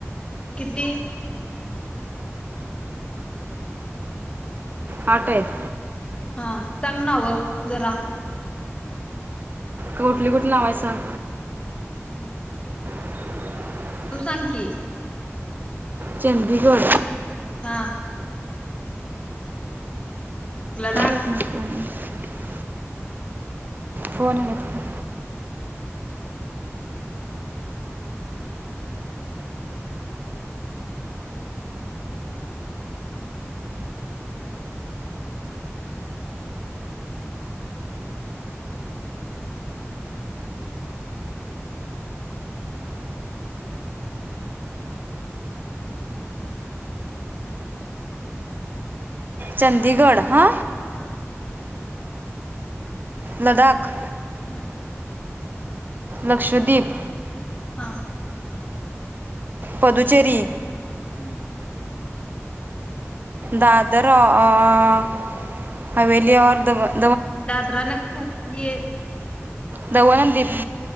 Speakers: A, on the left; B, on the right.
A: किती?
B: आठ आहेत
A: हा सांग नाव जरा
B: कुठली कुठली नावं आहे सांग
A: हम्म
B: <inaudible>
A: तू सांग की
B: चंदीगड
A: हा लडाख
B: <unintelligible> फोन आला आहेत का?
A: <inaudible>
B: चंदिगड
A: हा
B: हा
A: हा
B: लदाख
A: हम्म
B: लक्षद्वीप
A: हा
B: पदुचेरी
A: हम्म
B: दादर अअ हवेली और दमण
A: दादरा नगरहवेली येत
B: दमण अन दिप